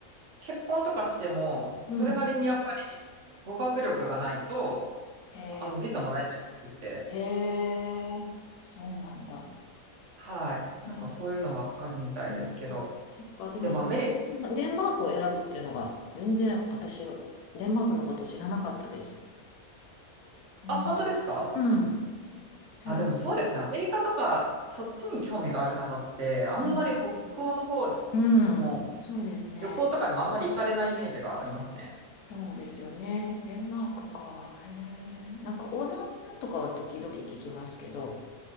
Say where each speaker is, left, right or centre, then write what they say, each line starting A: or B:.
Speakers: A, on the right; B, on the left.
A: 結婚とかしても、
B: うん。
A: それなりにやっぱり語学力がないと、
B: へえ、
A: あの、ビザもらえないらしくって。
B: へえ、そうなんだ。
A: はい。
B: ね
A: なんかそういうのはあるみたいですけど。
B: うん、そっか、でもそ
A: でもアメリ、
B: デンマークを選ぶっていうのが全然私はデンマークのこと知らなかったです。うん。
A: あ、本当ですか
B: うん。じゃあ、
A: あ、でもそうですね。アメリカとか、そっちに興味がある方って、あんまり北欧の方で
B: うん、う
A: も、
B: んそうですね。
A: 旅行とかでもあんまり行かれないイメージがありますね。
B: そうですよね。デンマークか。へえ。なんかオランダとかは時々聞きますけど、